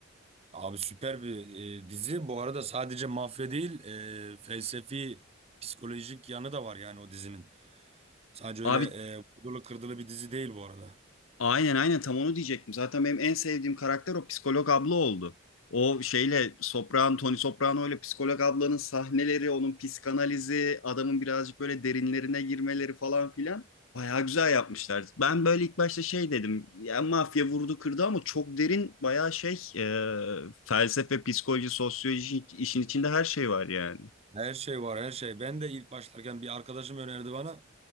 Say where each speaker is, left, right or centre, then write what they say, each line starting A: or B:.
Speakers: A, on the right (about 30°); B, on the left (about 80°).
A: Abi süper bir e, dizi. Bu arada sadece mafya değil, e, felsefi, psikolojik yanı da var yani o dizinin. Sadece
B: Abi
A: öyle e, vurdulu kırdılı bir dizi değil bu arada.
B: Aynen aynen tam onu diyecektim. Zaten benim en sevdiğim karakter o psikolog abla oldu. O şeyle Sopran, Tony Soprano ile psikolog ablanın sahneleri, onun psikanalizi, adamın birazcık böyle derinlerine girmeleri falan filan. Bayağı güzel yapmışlar. Ben böyle ilk başta şey dedim. Ya mafya vurdu kırdı ama çok derin bayağı şey e, felsefe, psikoloji, sosyoloji işin içinde her şey var yani.
A: Her şey var her şey. Ben de ilk başlarken bir arkadaşım önerdi bana.